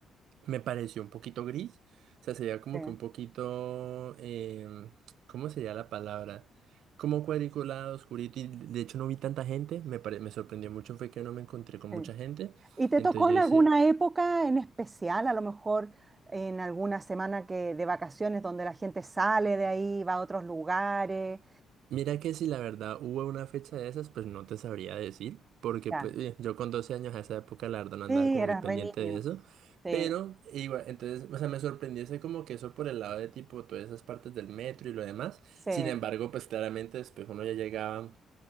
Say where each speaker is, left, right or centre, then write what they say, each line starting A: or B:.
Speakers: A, on the right (about 75°); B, on the right (about 25°).
A: me pareció un poquito gris. O sea, sería como
B: sí,
A: que un poquito, em, ¿cómo sería la palabra? Como cuadriculado, oscurito, y de hecho no vi tanta gente. Me, pare- me sorprendió mucho fue que no me encontré con
B: sí.
A: mucha gente.
B: ¿Y te
A: Entonces
B: tocó
A: yo
B: en
A: decía,
B: Entonces, alguna época en especial, a lo mejor en alguna semana que, de vacaciones donde la gente sale de ahí, va a otros lugares?
A: mira que si la verdad hubo una fecha de esas, pues no te sabría decir, porque
B: Ya.
A: pues, eh, yo con 12 años a esa época la verdad no
B: Sí,
A: andaba como
B: eras
A: muy pendiente
B: re niño.
A: de eso.
B: Sí,
A: Pero igual, entonces, o sea, me sorprendió ese como que eso por el lado de tipo todas esas partes del metro y lo demás.
B: sí.
A: Sin embargo, pues claramente después uno ya llegaba.